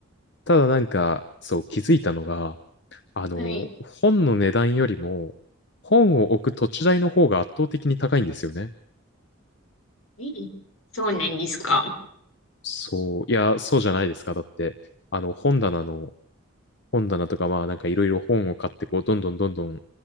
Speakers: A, on the left (about 55°); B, on the left (about 75°).
A: ただなんか、そう、気づいたのが、あのー本の値段よりも、
B: はい。
A: 本を置く土地代の方が圧倒的に高いんですよね。
B: ええそうなんですか。
A: そう、いや、そうじゃないですか。だって、あの、本棚の本棚とかまあなんかいろいろ本を買ってこうどんどんどんどん